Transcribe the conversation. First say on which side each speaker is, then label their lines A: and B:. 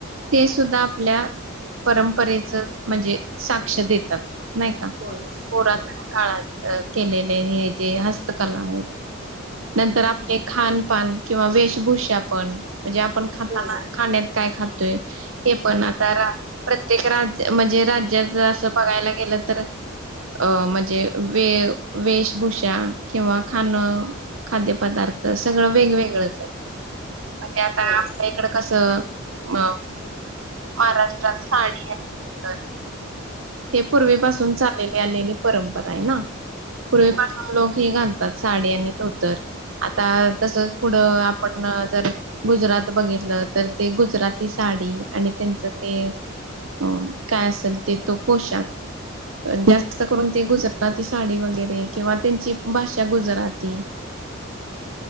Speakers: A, on the right (about 75°); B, on the right (about 50°).
A: ते सुद्धा आपल्या परंपरेच म्हणजे साक्ष देतात. नाही का
B: होय होय
A: पुरातन
B: होय
A: काळात केलेले हे जे हस्तकला आहे. नंतर आपले खानपान किंवा वेशभूषा पण म्हणजे आपण खाताना
B: होय
A: खाण्यात काय खात. हे पण आता प्रत्येक राज म्हणजे राज्यात ज असं बघायला गेलं तर, अ म्हणजे वे वेशभूषा किंवा खाण. खाद्यपदार्थ सगळं वेगवेगळंच आहे. म्हणजे आता
B: होय
A: आपल्या इकड कसं अ महाराष्ट्रात साडी आणि हे पूर्वीपासून चालली आलेली परंपरा आहे ना पूर्वीपासून
B: होय होय
A: लोक हे घाल साडी आणि धोतर, आता तसच पुढं आपण जर गुजरात बघित म्ह तर ते गुजराती साडी आणि त्यांचं ते अ काय असेल ते तो पोशाख. जास्त करून ते गुजराती साडी वगैरे किंवा त्यांची भाषा गुजराती